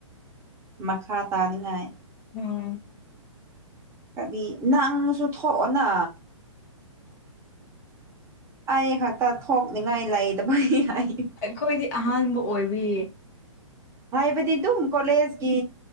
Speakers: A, on the right; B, on the left.
A: ꯃꯈꯥ ꯇꯥꯅꯤꯉꯥꯏ
B: ꯎꯝ
A: ꯍꯥꯏꯗꯤ ꯅꯪꯁꯨ ꯊꯣꯛꯑꯣꯅ ꯑꯩ ꯈꯛꯇ ꯊꯣꯛꯅꯤꯡꯉꯥꯏ ꯂꯩꯇꯕꯒꯤ ꯑꯩ
B: ꯑꯩꯈꯣꯏꯗꯤ ꯑꯍꯥꯟꯕ ꯑꯣꯏꯕꯤ
A: ꯍꯥꯏꯕꯗꯤ ꯑꯗꯨꯝ ꯀꯣꯂꯦꯖꯀꯤ